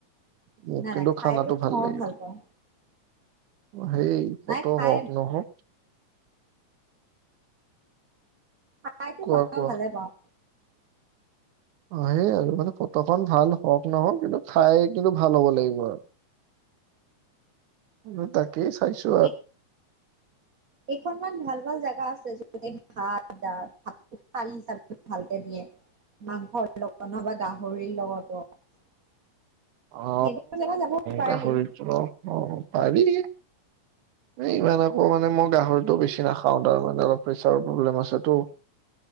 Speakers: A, on the right; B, on the right.
A: মোক
B: নাই,
A: কিন্তু
B: নাই, খাই
A: খানাটো
B: ল মইও
A: লাগে
B: ভাল পাওঁ।
A: সেই ফটো
B: নাই খাই
A: হওক নহওক
B: খাইতো
A: কোৱা
B: মইও
A: কোৱা
B: ভালে পাওঁ।
A: অ সেই আৰু মানে ফটোখন ভাল হওক-নহওক, কিন্তু খাই কিন্তু ভাল হ'ব লাগিব আৰু তাকেই তাক চাইছো
B: এই, কেইখনমান ভাল-ভাল জেগা আছ ভাত ভাতাল হিচাপে ভালকে দিয়ে মাংসৰ লগত নহবা গাহৰিৰ লগতো- <unintelligible>
A: অ
B: সেইবোৰ জেগা যাবও পাৰি।
A: গাহৰিটো ন পাৰি। এ ইমান আকৌ মানে মই গাহৰিতটো বেছি নাখাওঁ, তাৰ মানে অলপ প্ৰেচাৰ প্ৰব্লেম আছেতো।